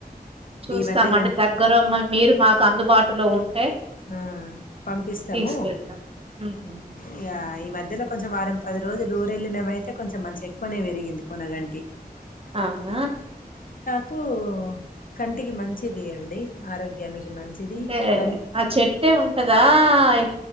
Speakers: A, on the right; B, on the left.
A: చూస్తామండి
B: ఈ మధ్యలో
A: దగ్గర. మా మీరు మాకు అందుబాటులో ఉన్
B: ఉమ్ పంపిస్తాము.
A: తీసుకెళ్తాం ఉహు
B: ఇగా ఈ మధ్యలో కొంచెం వారం పది రోజులు ఊరెళ్ళినమైతే కొంచెం మంచిగ ఎక్కువనే పెరిగింది పొనగంటి
A: అవునా
B: కు కంటికి మంచిది అండి. ఆరోగ్యానికి మంచిది,
A: అంటే
B: కంట్
A: ఆ చెట్టే ఉంటదా. ఆ